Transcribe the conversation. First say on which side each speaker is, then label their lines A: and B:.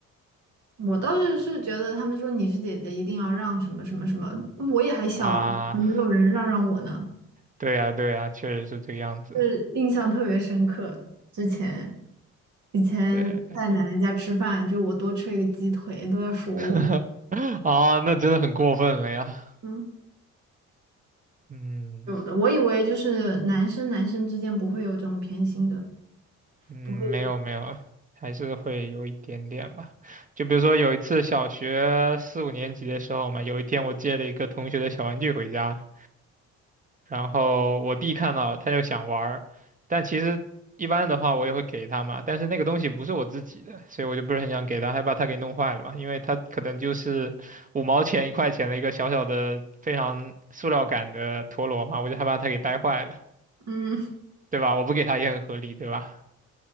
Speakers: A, on the right; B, on the right.
A: 我倒是是觉得他们说你是姐姐，一定要让什么什么什么，我也还小啊，
B: 啊。
A: 怎么没有人让让我呢，
B: 对呀，对呀，确实是这个样子。
A: 是印象特别深刻。之前以前在奶奶家吃饭，
B: 对，
A: 就我多吃一个鸡腿都要说我，
B: <laughs> 啊，那真的很过分了呀。
A: 嗯，
B: 嗯
A: 有的，我以为就是男生男生之间不会有这种偏心的，
B: 嗯，
A: 不会有，
B: 没有没有，还是会有一点点吧。就比如说有一次小学四五年级的时候嘛，有一天我借了一个同学的小玩具回家，然后我弟看到他就想玩儿，但其实一般的话我也会给他嘛，但是那个东西不是我自己的，所以我就不是很想给他，害怕他给弄坏了嘛，因为他可能就是五毛钱一块钱的一个小小的非常塑料感的陀螺嘛，我就害怕他给掰坏了，
A: 嗯，
B: 对吧？我不给他也很合理，对吧？